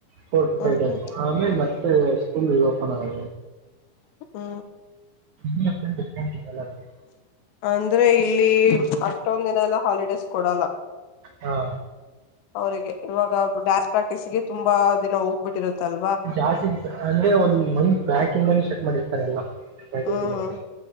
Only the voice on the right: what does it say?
four to
five days
ಆಮೇಲೆ ಮತ್ತೆ ಸ್ಕೂಲ್ ರಿ ಓಪನ್ ಆಗ
ಡಿಫ್ರಂಟ್ ಡಿಫರೆಂಟ್ದೆಲ್ಲ <unintelligible>
ಹಾ
ಜಾಸ್ತಿ ಇ ಅಂದ್ರೆ ಒಂದ ಮಂತ್ ಬ್ಯಾಕ್ ಇಂದಾನ ಸ್ಟಾರ್ಟ್ ಮಾಡಿರ್ತಾರೆ ಎಲ್ಲ ಪ್ರಾಕ್ಟೀಸ್
ಗೆಲ್ಲ